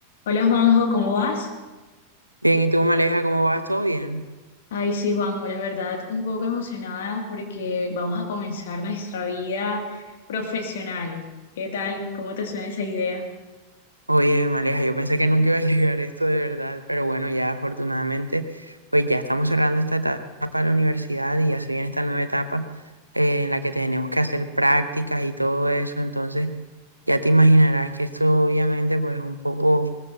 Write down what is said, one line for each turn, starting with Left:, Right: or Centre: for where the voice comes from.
Left: Hola Juanjo, ¿cómo vas?
Right: Bien, ¿y tú, Maleja, cómo vas? ¿Todo bien?
Left: Ay, sí, Juanjo, la verdad, un poco emocionada porque vamos a comenzar nuestra vida profesional. ¿Qué tal? ¿Cómo te suena esa idea?
Right: Oye, Maleja, yo pensé que nunca iba a <laughs> llegar esto de verdad, pero bueno, ya afortunadamente, pues ya estamos cerrando esta eta- etapa de la universidad y ya se viene esta nueva etapa eh, en la que tenemos que hacer prácticas y todo eso, entonces ya te imaginarás que esto obviamente pues un poco,